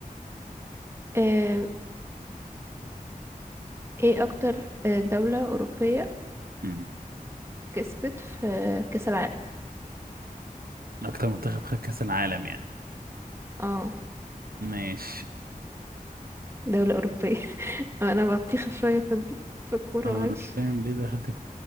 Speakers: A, on the right; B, on the right.
A: أم، إيه أكتر آه، دولة أوروبية
B: مم.
A: كسبت في كأس العالم
B: اكتر منتخب خد كأس العالم يعني
A: اه
B: ماشي
A: دولة أوروبية <laughs> أنا بطيخة شوية في ال- في الكورة
B: أه،
A: معلش
B: ما انا مش فاهم ليه دخلت